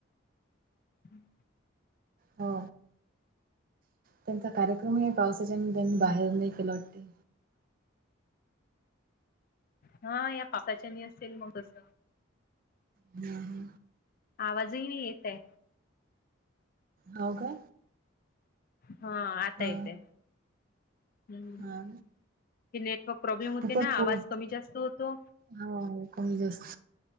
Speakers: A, on the left; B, on the right.
A: हम्म.
B: हो त्यांच. कार्यक्रम पावसाच्यान त्यांनी बाहेर नाही केला वाटते.
A: हा या पासाच्या मी असेल मग तस.
B: हम हम
A: आवाजही नाही येते.
B: हो का.
A: हा आता
B: हा
A: येतोय. हम्म
B: हा
A: ते नेटवर्क प्रॉब्लेम होते
B: खूपच
A: ना
B: फुल
A: आवाज कमी जास्त होतो.
B: हो कमी जास्त